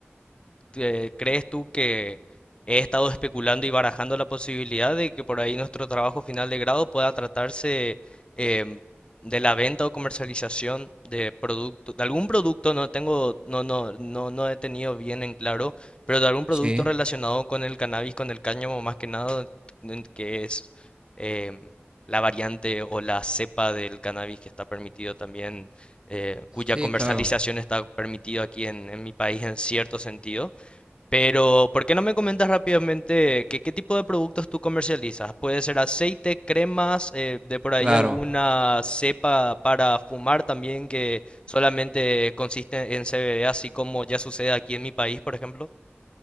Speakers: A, on the left; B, on the right.
A: eh, ¿crees tú que he estado especulando y barajando la posibilidad de que por ahí nuestro trabajo final de grado pueda tratarse em, de la venta o comercialización de producto, de algún producto, no tengo, no, no, no, no he tenido bien en claro, pero de algún producto
B: Sí,
A: relacionado con el cannabis, con el cáñamo más que nada, en que es em, la variante o la cepa del cannabis que está permitido también, eh, cuya
B: sí,
A: comercialización
B: claro,
A: está permitido aquí en en mi país en cierto sentido pero, ¿por qué no me comentas rápidamente que- qué tipo de productos tú comercializas? Puede ser aceite, cremas, eh, de por ahí
B: claro.
A: alguna cepa para fumar también que solamente consiste en CBD, así como ya sucede aquí en mi país, por ejemplo.